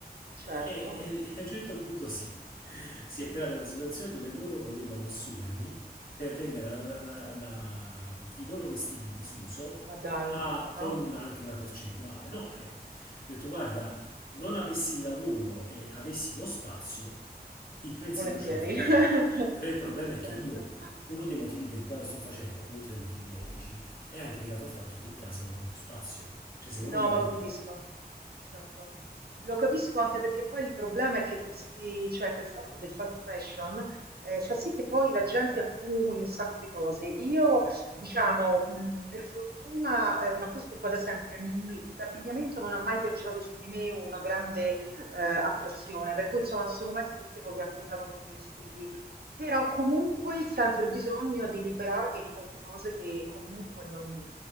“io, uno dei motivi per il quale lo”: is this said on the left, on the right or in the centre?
Left